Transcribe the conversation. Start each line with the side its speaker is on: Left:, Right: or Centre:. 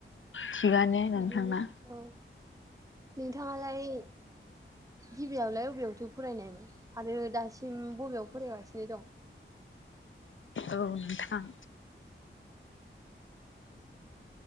Left: थिगानो नोंथांना
Right: बिदिनोसै औ नोंथाङालाय गिबियावलाय अबेयावथो फरायनायमोन आरो दासिम बबेयाव फरायगासिनो दं
Left: औ नोंथां